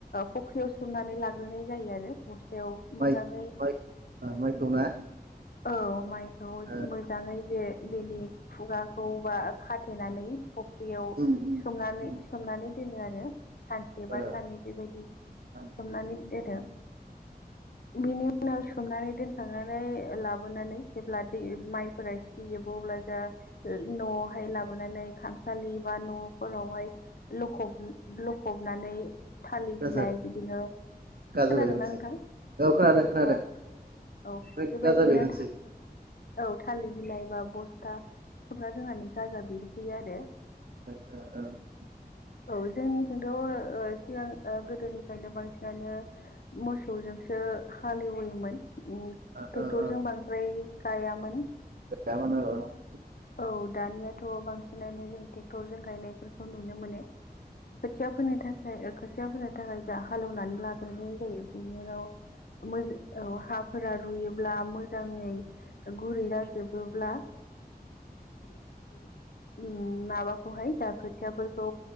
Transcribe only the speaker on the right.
माइ माइ ओ माइखौ ना
ओ
उम उम
उम
ओ
ओ
गाजा
गाजा
बेरनोसै
औ खोनादों खोनादों
ओमफ्राय
गाजा बेरनोसै
<inaudible>
ओ ओ ओ
<unintelligible>